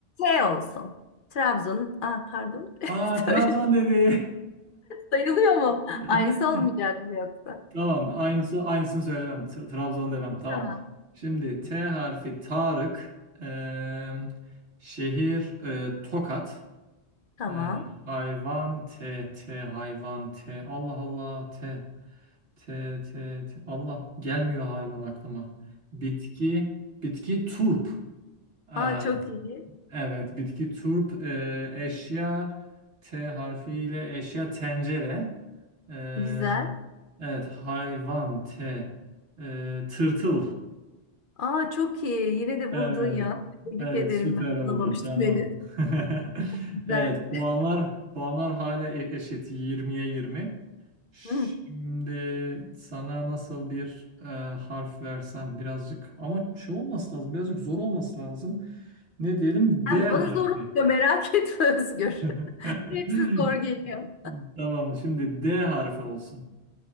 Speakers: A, on the left (about 55°); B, on the right (about 80°).
A: şey olsun. Trabzon'un, ah pardon. <laughs>
B: Aa Trabzon
A: Söyle,
B: dedi.
A: sayılıyor mu?
B: <laughs>
A: Aynısı olmayacak mı yoksa?
B: Tamam. Aynısı aynısını söylemem. T- Trabzon demem. Tamam.
A: Tamam.
B: Şimdi T harfi Tarık. Eee, şehir eee, Tokat.
A: Tamam.
B: Eee, hayvan T T hayvan T. Allah Allah T. T, T, T. Allah gelmiyor hayvan aklıma. Bitki, bitki turp. Aa,
A: Aa çok iyi.
B: evet, bitki turp. Ee, eşya T harfiyle eşya tencere. Ee,
A: Güzel.
B: evet, hayvan T. Ee, tırtıl.
A: Aa çok iyi. Yine de
B: Evet.
A: buldun ya. Tebrik
B: Evet,
A: ederim
B: süper
A: ben
B: oldu.
A: bulamamıştım
B: Tamam.
A: henüz.
B: <laughs>
A: Güzel.
B: Evet, puanlar puanlar hala e- eşit yirmiye 20. Şimdi
A: Hmm.
B: sana nasıl bir e, harf versem birazcık ama şey olması lazım. Birazcık zor olması lazım. Ne diyelim?
A: Sen
B: D harfi.
A: bana zor oluyor merak etme Özgür.
B: <laughs>
A: <laughs> Hepsi zor geliyor.
B: Tamam, şimdi D harfi olsun.